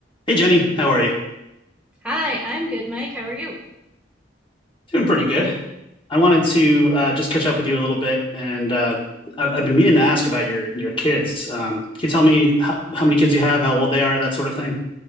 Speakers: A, on the left (about 30°); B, in the centre.
A: Hey, Jenny, how are you?
B: Hi, I'm good, Mike. How are you?
A: Doing pretty good. I wanted to uh, just catch up with you a little bit, and uh, I've, I've been meaning to ask about your your kids. Um, can you tell me how, how many kids you have, how old they are, that sort of thing?